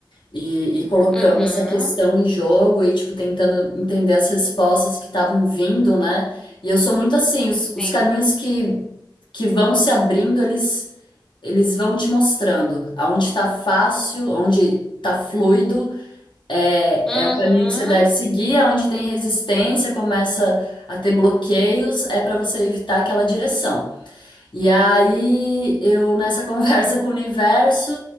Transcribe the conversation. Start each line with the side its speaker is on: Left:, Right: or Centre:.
Left: E, e colocando
Centre: Uhum.
Left: essa questão em jogo e, tipo, tentando entender as respostas que estavam vindo, né? E eu sou muito assim, os, os
Centre: Sim.
Left: caminhos que, que vão se abrindo, eles, eles vão te mostrando aonde tá fácil, onde tá fluido, é,
Centre: Uhum.
Left: é o caminho que você deve seguir, aonde tem resistência, começa a ter bloqueios, é para você evitar aquela direção. E aí, eu nessa <laughs> conversa com o universo,